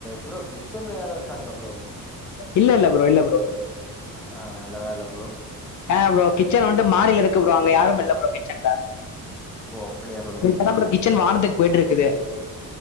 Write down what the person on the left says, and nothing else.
இல்ல இல்ல ப்ரோ இல்ல ப்ரோ
தாயோ ப்ரோ கிச்சன் வந்ட்து மாடியில இருக்கு ப்ரோ அங்க யாரு இல்ல ப்ரோ கிச்சன்ல
அதா கிச்சன் வாானத்துக் போயிட்ருக்குது